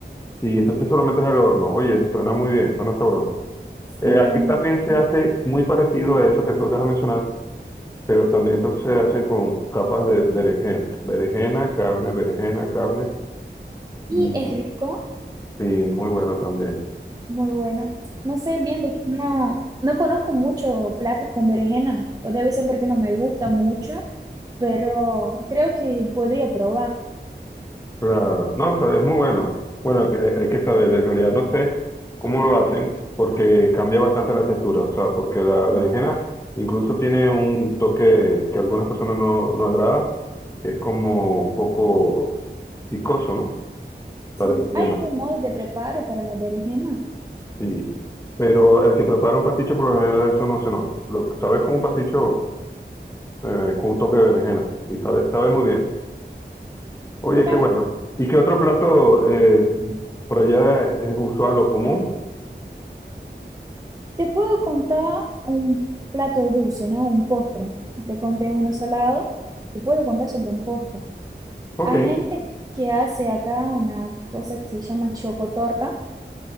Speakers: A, on the left; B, on the right.
A: Sí, entonces solamente es al horno. Oye, suena muy bien, suena sabroso. Eh,
B: Sí,
A: aquí
B: es muy
A: también
B: rico.
A: se hace muy parecido a eso que tú acabas de mencionar, pero también entonces se hacen con capas de berenjena. Berenjena, carne, berenjena, carne.
B: Y
A: Y,
B: es rico
A: sí, muy bueno también.
B: Muy bueno. No sé bien porque no, no conozco mucho platos con berenjena, o debe ser porque no me gusta mucho, pero creo que podría probar.
A: Claro, no, o sea, es muy bueno. Bueno, que- hay, hay que saber, en realidad no sé cómo lo hacen porque cambia bastante la textura, o sea, porque la berenjena
B: Sí,
A: incluso tiene un toque que a algunas personas no, no agrada, que es como un poco picoso, ¿no?
B: sí.
A: Va dependiendo,
B: ¿Hay algún modo de preparo para la berenjena?
A: sí. Pero el que prepara un pasticho por lo general eso no se nota. Lo sabes como un pasticho eh, con un toque de berenjena y sabe, sabe muy bien. Oye,
B: Mira,
A: qué bueno. ¿Y qué otro plato eh, por allá es usual o común?
B: te puedo contar un plato dulce, ¿no? Un postre. Te conté uno salado, te puedo contar sobre un postre.
A: Ok.
B: Hay gente que hace acá una cosa que se llama chocotorta.